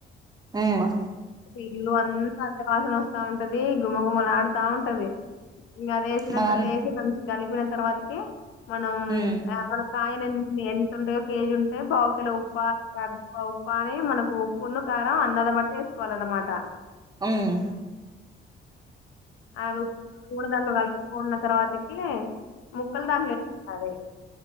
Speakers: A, on the right (about 20°); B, on the left (about 85°).
A: ఉమ్
B: ఇల్లు అంతా అదే వాసన వస్తా ఉంటది గుమ్మగుమ్మలా ఆడుతా ఉంటది ఇంకాది వేసినేసి
A: మా మమ్
B: మంచి కలిపిన తర్వాతకి మనం
A: ఉమ్
B: ఆ మన కాయలు ఎంత ఎంత ఉంటాయో కేజీ ఉంటే పావు కిలో ఉప్పా <unintelligible> ఉప్ప అని మనకు ఉప్పు కారం అన్నాన్ని బట్టి వేసుకోవాలన్నమాట
A: హ్మ్మ్
B: అవి మూడుదండలు కలుపుకున్న తర్వాతకి ముక్కలు దాంట్లోకి <unintelligible>